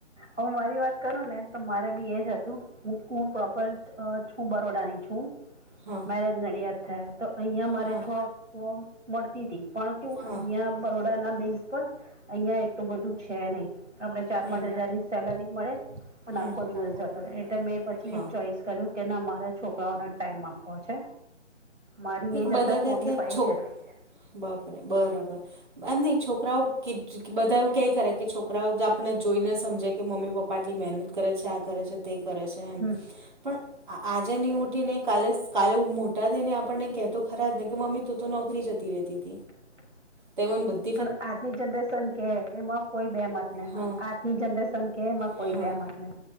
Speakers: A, on the right; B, on the right.
A: હવે મારી વાત કરુંને તો મારે બી એજ હતું. હું પ્રોપર છ છું બરોડાની છું
B: હા
A: મેરેજ નડિયાદ થયા તો અહિયાં મારે
B: હા
A: જોબ મળતી હતી પણ કે
B: હા
A: અહિયાં બરોડાના બેસ પર અહિયાં એટલું બધું છે નહી. આપડે ચાર
B: હમ
A: પાંચ હજારની સેલરી મળે. અને
B: હમ
A: આખો દિવસ જતો એટલે મેં પછી
B: હા
A: એ ચોઈસ કર્યું કે મારા છોકરાઓને ટાઈમ આપવો છે. મારી એજ
B: બધા
A: અત્યારે
B: કે
A: ફોર્ટી
B: કે
A: ફાઈવ
B: છોકરા
A: છે
B: બાપરે બરાબર નહીં છોકરાઓ બધા એવું ક્યાય ખરા કે છોકરાઓ જોઈને સમજે કે મમ્મી પપ્પા આટલી મહેનત કરે છે, આ કરે છે, તે કરે છે, એમ
A: હમ.
B: પણ આ આજે નહીં ઉઠીને કા કાલે મોટા થઈને આપણને કહેતો ખરા જ નહીં કે મમ્મી તું તો નોકરી જતી રહેતી હતી
A: હ
B: તે મન બ
A: પણ આજની જનરેશન કે એમાં કોઈ બે મત નહીં
B: હા
A: આજની જનરેશન કે એમાં
B: હા
A: કોઈ બે મત નહી